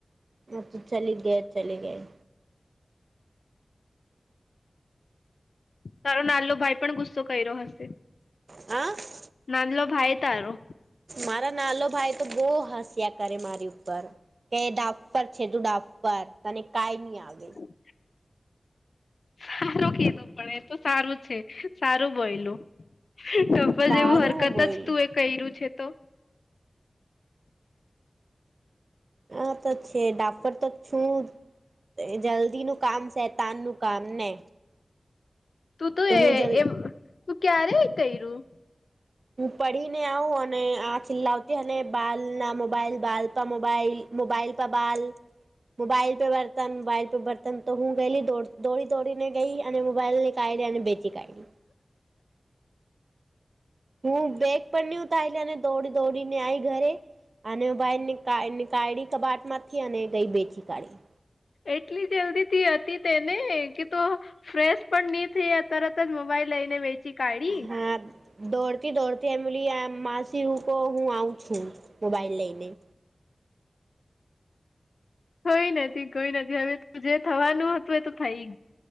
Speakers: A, on the right; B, on the left.
A: મ તો ચલી ગયા ચલે ગયા
B: તારો નાલો ભાઈ પણ ગુસ્સો કર્યો હશે
A: હ
B: નાંધલો ભાઈ તારો
A: મારા નાલો ભાઈ તો બહ હસ્યા કરે મારી ઉપર કે ડાફર છે તું ડાફર તને કઈ નહી આવે
B: <inaudible> સારો કીધો પડે તો સારું છે સારું બયલું તો
A: સારું
B: એવું હરકત
A: હું બોયલી
B: જ તું એ કર્યું છે તો
A: હા તો્ છેે ડાક્ટર તક છું જલ્દી નું કામ શેતાન નું કામ ને
B: તું તો એ
A: હું જલ
B: એમ તું ક્યારે કર્યું
A: હું પડીીને આવું અને આ છેલ્લા આવતી અને બાલ ના મોબાઈલ બાલપ મોબાઈલ મોબાઈલ પબાલ મોબાઈલ પે બર્તન મોબાઈલ પે બર્તન તો હું ગયેલીો દોડી દોડીને ગઈ અને મોબાઈલ ની કાઢી અને બેઠી શીકાય હું બેગ પણ હ ઉતારીલી અને દોડી દોડીને આ આવી ઘરે અને ભાઈ નીકાળી કબાટ માંથી અને ગઈ બેચી કાઢી
B: એટલી જલ્દી થી હતી તેને કે તો ફ્રેશ પણ નહી થઈ ત જ મોબાઈલ લઈને વેચી કાઢી
A: હા દોડતી દોડતી એમલી આ માસી હું હું આવું છું મોબાઈલ લઈને
B: કોઈ નથી કોઈ નથી હવે જે થવાનું હતું એ તો થઈ ગ